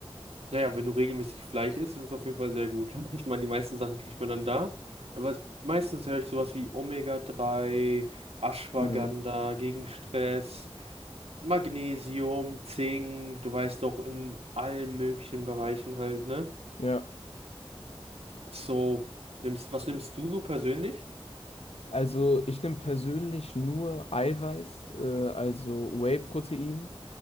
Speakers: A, on the right; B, on the left.
A: Naja, wenn du regelmäßig Fleisch isst, ist es auf jeden Fall sehr gut. <laughs> Ich meine, die meisten Sachen kriegt man dann da. Aber es- meistens höre ich sowas wie Omega-3, Ashwagandha
B: Mhm.
A: gegen Stress, Magnesium, Zink, du weißt doch, in allen möglichen Bereichen halt, ne?
B: Ja,
A: So, nimmst, was nimmst du so persönlich?
B: also ich nehme persönlich nur Eiweiß, äh, also Whey-Protein,